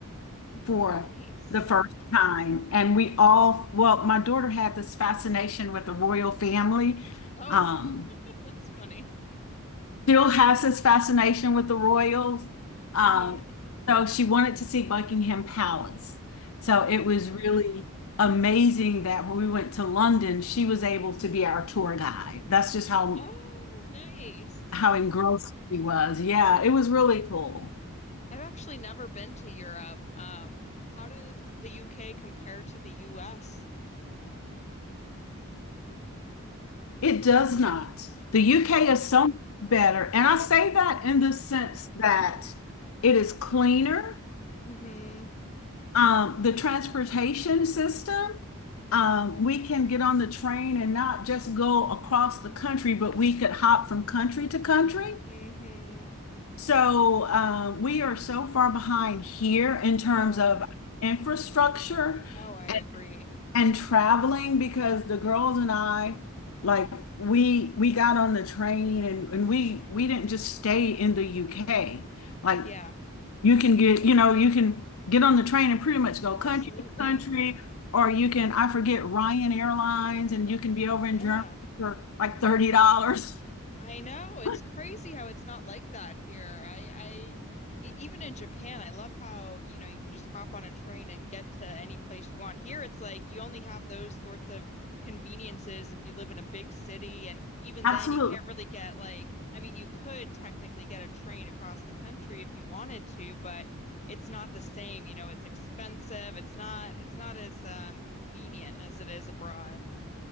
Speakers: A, on the left (about 30°); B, on the left (about 75°).
A: Oh,
B: for
A: nice.
B: the first time and we all well my daughter had this fascination with the royal family.
A: Oh,
B: Um
A: <laughs> that's funny.
B: still has this fascination with the royals. Um,
A: hmm
B: so she wanted to see Buckingham Palace. So it
A: Oh.
B: was really amazing that when we went to London, she was able to be our tour guide. That's just how
A: Oh, nice.
B: how engrossed she was. Yeah, it was really cool.
A: I've actually never been to Europe. Um, how does the UK compare to the US?
B: It does not. The UK
A: Oh.
B: is so much better. And I say that in the sense that it is cleaner.
A: mm hmm
B: Um, the transportation system. Um, we can get on the train and not just go across the country, but we could hop from country to country.
A: mm hmm
B: So uh, we are so far behind here in terms
A: Oh.
B: of infrastructure
A: Oh, I
B: and,
A: agree.
B: and traveling because the girls and I, like we we got on the train and, and we we didn't just stay in the UK. Like
A: Yeah,
B: you can get, you know, you can get on the train and pretty much go
A: absolutely.
B: country to country, or you can, I forget, Ryan Airlines, and you can be over
A: Yeah.
B: in
A: Yeah.
B: Germany for like $30.
A: I know. It's
B: <laughs>
A: crazy how it's not like that here. I, I e- even in Japan, I love how, you know, you can just hop on a train and get to any place you want. Here, it's like you only have those sorts of conveniences if you live in a big city, and even
B: Absolutely.
A: then, you can't really get like, I mean, you could technically get a train across the country if you wanted to, but it's not the same. You know, it's expensive. It's not, it's not as um, convenient as it is abroad.